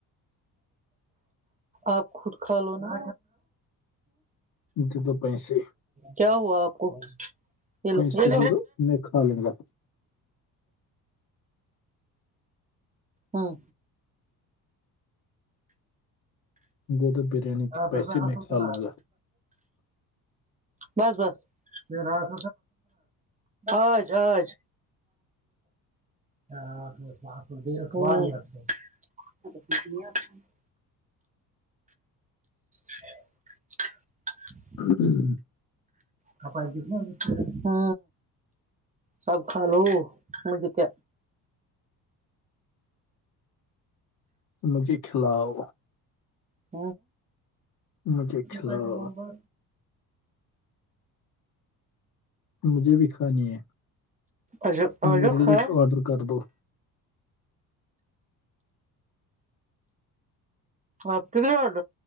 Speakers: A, on the right; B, on the left.
A: آپ خود کھا لو نا
B: دے دو پیسے
A: کیا ہوا آپ کو و
B: پیسے دے دو میں کھا لوں گا
A: ہاں
B: گ تو بریانی
A: ہاں
B: کے پیسے
A: پھر پ آ
B: میں
A: سلچنا
B: کھا لوں گا
A: بس بس یہ رات اچ اج ہ د <unintelligible>
B: ہ
A: کپائی بھی ہ سب کھا لو مھ کے
B: مجھے کھلاؤ
A: د
B: مجھے کھلاؤ
A: ب
B: مجھے بھی کھانی ہے
A: اچھا آجا
B: میرے
A: کھاؤ
B: لیے ایک آڈر کر دو
A: آپ تگلی آڈ